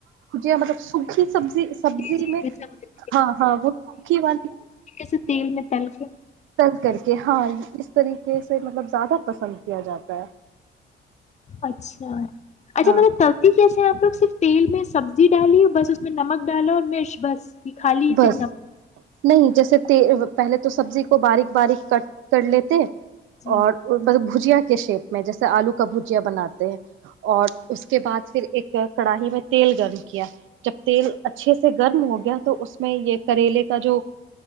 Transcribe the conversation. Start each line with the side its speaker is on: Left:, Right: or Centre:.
Right: جی مطلب سکی <unintelligible> سبزی سبزی
Left: جی جی
Right: میں
Left: سمجھ
Right: ہاں ہاں وہکھی والی
Left: اس سے تیل میں تل کے
Right: چل کر کےے ہاں اس طریقے سے مطلب زیادہ پسند کیا جاتا ہے
Left: اچھا اچھا
Right: ہاں
Left: مطلب ترتی کیسے ہیں آپ لوگ صرف تیل میں سبزی ڈالی بس اس میں نمک ڈالو اور مرچ بس یہ خالی
Right: بس
Left: صرف نمک
Right: نہیں جیسے پہلے تو سبزی کو باریک باریک کٹ کر لیتے
Left: جی
Right: اور بس بھجیا کے شیپ میں جیسے آلو کا بھجیا بنات ہیں اور اس کے بعد پھر ایک کڑاہائی میں تیل گرم کیا جب تیل اچھے سے گرم ہو گیا تو اس میں یہ کریلے کا جو